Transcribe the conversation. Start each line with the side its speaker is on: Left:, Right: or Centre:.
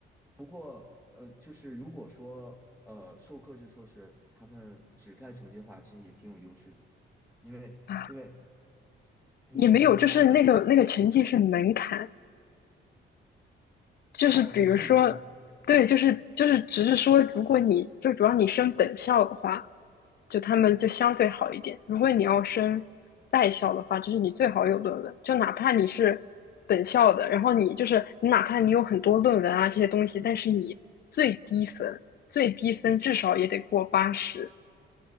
Centre: 不过呃，就是如果说呃授课制硕士他们只看成绩的话，其实也挺有优势的，因为因为
Left: 啊，
Centre: 因为你知道他
Left: 也没有，就是那个那个成绩是门槛，就是比如说，
Centre: 哦，只是门槛
Left: 对，就是就是只是说，如果你就主要你升本校的话，就他们就相对好一点。如果你要升外校的话，就是你最好有论文，就哪怕你是本校的，然后你就是你哪怕你有很多论文啊这些东西，但是你最低分最低分至少也得过八十，